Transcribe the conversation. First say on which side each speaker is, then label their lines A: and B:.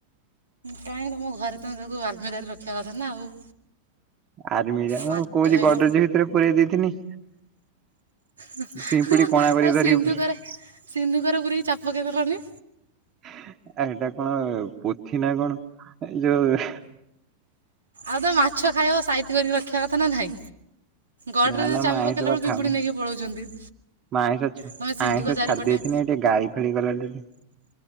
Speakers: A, on the right; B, on the right.
A: କାଇଁ ତମ ଘରେ ତମେ ତାକୁ ଆଲମିରାରେ ରଖିବା କଥା ନା ଆଉ।
B: ଆର୍ମିରା ମୁଁ
A: ମାଛ
B: କହୁଛି
A: ଖାଇବ
B: ଗଡରେଜ ଭିତରେ ପୁରେଇ ଦେଇଥିନି।
A: ହା ହା
B: ପିମ୍ପୁଡି କଣା କରିକି
A: ଆଉ ସିନ୍ଧୁକରେ
B: ଧରିକି ପଳେଇଲା।
A: ସିନ୍ଧୁକରେ ପୁରେଇ ଚାବି ପକେଇ ଦେଲନି।
B: ହ ଆ ଏଇଟା କଣ ପୋଥି ନା କଣ? ଏ ଯୋଉ
A: ଆଉ ତମେ ମାଛ ଖାଇବ ସାଇତି କରିକି ରଖିବା କଥା ନା ନାହିଁ? ଗଡରେଜରେ
B: ନା ନା
A: ଚାବି
B: ମୁଁ ଆଇଁଷ
A: ପକେଇଲା
B: ବା
A: ବେଳକୁ
B: ଖାଉନି
A: ପିମ୍ପୁଡି ନେଇକି ପଳଉଛନ୍ତି।
B: ମୁଁ ଆଇଁଷ
A: ତମେ ସିନ୍ଧୁକ
B: ଆଇଁଷ
A: ଚାରିପଟେ
B: ଛାଡ଼ି ଦେଇଥିଲି ଟିକେ ଗାଳି ଫାଳି କଲାଠୁ ଟି